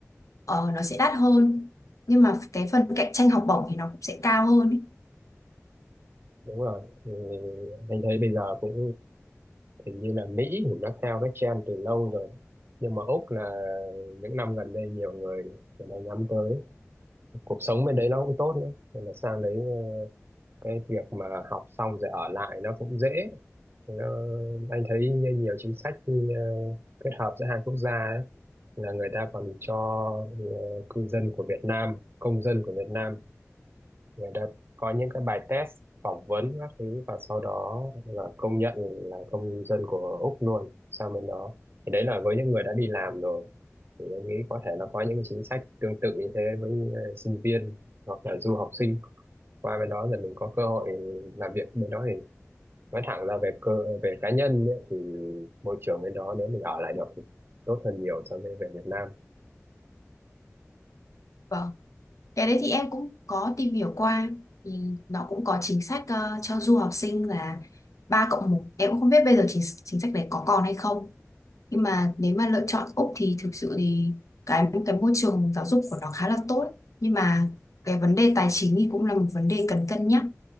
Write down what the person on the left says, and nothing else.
ờ, nó sẽ đắt hơn nhưng mà cái phần cạnh tranh học bổng thì nó cũng sẽ cao hơn ấy.
Vâng cái đấy thì em cũng có tìm hiểu qua thì nó cũng có chính sách ờ, cho du học sinh là ba cộng một em cũng không biết bây giờ chính chính sách đấy có còn hay không nhưng mà nếu mà lựa chọn Úc thì thực sự thì cái cái môi trường giáo dục của nó khá là tốt nhưng mà cái vấn đề tài chính thì cũng là một vấn đề cần cân nhắc